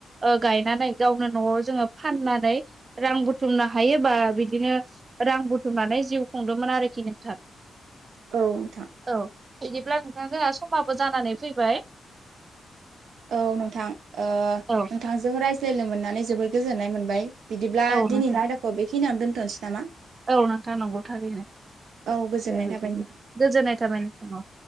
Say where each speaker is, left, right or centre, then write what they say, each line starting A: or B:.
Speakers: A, on the right; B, on the right.
A: ओ गायनानै गावनो न'वाव जोङो फाननानै रां बुथुमनो हायोबा बिदिनो रां बुथुमनानै जिउ खुंदोंमोन आरोखि नोंथां
B: औ नोंथां
A: औ बिदिब्ला नोंथां जोंहा समाबो जानानै फैबाय
B: औ नोंथां ओ
A: औ
B: नोंथांजों रायज्लायनो मोननानै जोबोद गोजोननाय मोनबाय। बिदिब्ला
A: औ
B: दिनैनि
A: नोंथां
B: आयदाखौ बेखिनियावनो दोनथ'नोसै नामा
A: औ नोंथां नंगौ थारैनो
B: औ गोजोननाय
A: दे बिदिब्ला
B: थाबाय नोंथां
A: गोजोननाय थाबाय नोंथां